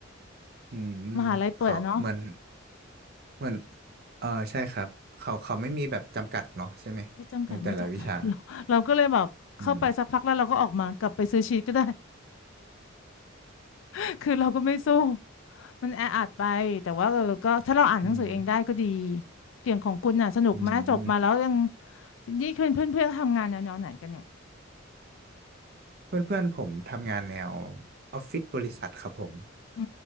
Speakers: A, on the right (about 50°); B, on the left (about 70°).
A: อืมเขาเหมือน
B: มหาลัยเปิดอ่ะเนาะ
A: เหมือนเออใช่ครับเขาเขาไม่มีแบบจำกัดเนาะใช่ไหมในแต่ละวิชา
B: ไม่จำกัดไม่จำกัด <laughs> เราเราก็เลยแบบเข้าไปสักพักแล้วเราก็ออกมากลับไปซื้อชีทก็ได้
A: อืม
B: <laughs> คือเราก็ไม่สู้มันแออัดไปแต่ว่าเออก็ถ้าเราอ่านหนังสือเองได้ก็ดี
A: <laughs> อืม
B: เกี่ยงของคุณน่ะสนุกไหมจบมาแล้วยัง
A: อืม
B: นี่เพื่อนเพื่อนเพื่อนทำงานแนวๆไหนกันเนี่ย
A: เพื่อนเพื่อนผมทำงานแนวออฟฟิศบริษัทครับผม
B: อื